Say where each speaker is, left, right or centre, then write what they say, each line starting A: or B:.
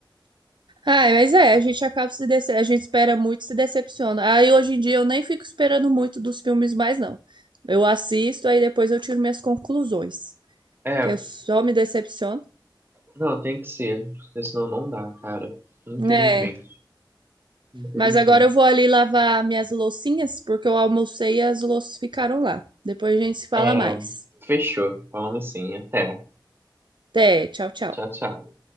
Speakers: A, on the right; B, on the right.
A: Ai, mas é, a gente acaba se dece... a gente espera muito, e se decepciona. Aí hoje em dia eu nem fico esperando muito dos filmes mais, não. Eu assisto, aí depois eu tiro minhas conclusões.
B: É,
A: que eu só me decepciono.
B: não, tem que ser, porque senão não dá, cara. Infelizmente,
A: É.
B: infelizmente.
A: Mas agora eu vou ali lavar minhas loucinhas, porque eu almocei e as louças ficaram lá. Depois a gente se fala
B: É,
A: mais.
B: fechou. Falamos sim. Até.
A: Até, tchau, tchau.
B: Tchau, tchau.